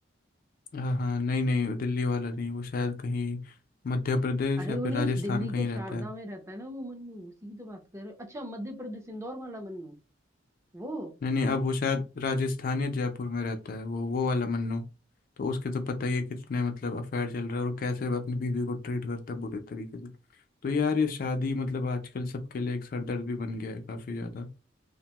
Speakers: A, on the left; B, on the right.
A: हाँ हाँ नहीं नहीं वो दिल्ली वाला नहीं वो शायद कहीं मध्य प्रदेश
B: अरे
A: या फिर
B: वो नहीं
A: राजस्थान
B: दिल्ली
A: कहीं
B: के शारदा
A: रहता है
B: में रहता है ना वो मन्नू उसी की तो बात कर रहे हो। अच्छा मध्य प्रदेश इंदौर वाला मन्नू वो
A: नहीं नहीं अब वो शायद राजस्थान या जयपुर में रहता है वो वो वाला मन्नू तो उसके तो पता ही है कितने मतलब अफेयर चल रहा है और वो कैसे अपनी बीवी को ट्रीट करता है बुरे तरीके से तो यार ये शादी मतलब आजकल सबके लिए एक सरदर्द भी बन गया है काफी ज्यादा